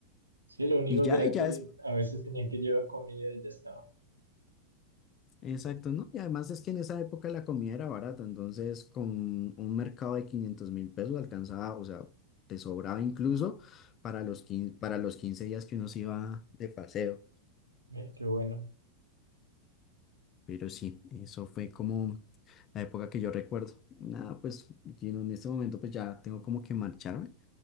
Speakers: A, on the right; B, on the left.
A: Sí, lo único
B: Y ya,
A: que era
B: y
A: que
B: ya es,
A: a veces tenían que llevar comida y ya estaba.
B: exacto, ¿no? Y además es que en esa época la comida era barata, entonces con un mercado de quinientos mil pesos alcanzaba, o sea, te sobraba incluso para los, quince para los 15 días que uno se iba de paseo.
A: Ve, qué bueno.
B: Pero sí, eso fue como la época que yo recuerdo. Nada, pues Gino, en este momento pues ya tengo como que marcharme,